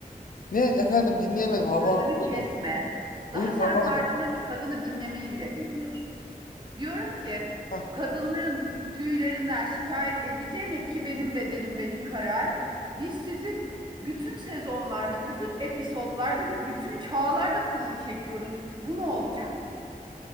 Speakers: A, on the left; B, on the right.
A: Ne efendim dinleyemedim Havva
B: Sözümü
A: Hanım.
B: kesme.
A: Buyurun,
B: Daha
A: buyurun
B: sen
A: Havva
B: karşındaki
A: Hanım.
B: kadını dinlemeyi bile bilmiyorsun. Diyorum ki
A: Heh.
B: kadınların tüylerinden şikayet edeceğine ki benim bedenim benim kararım. Biz sizi bütün sezonlarda, bütün episodlarda ve bütün çağlarda kıllı çekiyoruz. Bu ne olacak?